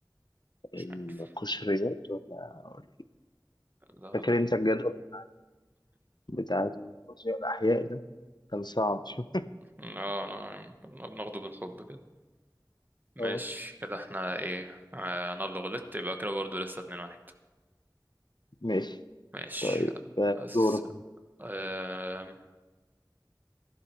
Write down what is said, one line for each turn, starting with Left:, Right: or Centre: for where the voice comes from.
Left: القشريات
Right: مش عارف
Left: ولا ولا-
Right: لا
Left: فاكر
Right: لا
Left: انت
Right: <laughs>
Left: الجدول بتاع الفيزياء الأحياء ده كان صعب شوية
Right: لا لا لا، بناخده بالحب كده ماشي
Left: اه
Right: كده احنا ايه آه، انا اللي غلطت يبقى كده برضه لسه اتنين واحد
Left: ماشي
Right: ماشي
Left: طيب آه،
Right: أس...
Left: دورك
Right: آه...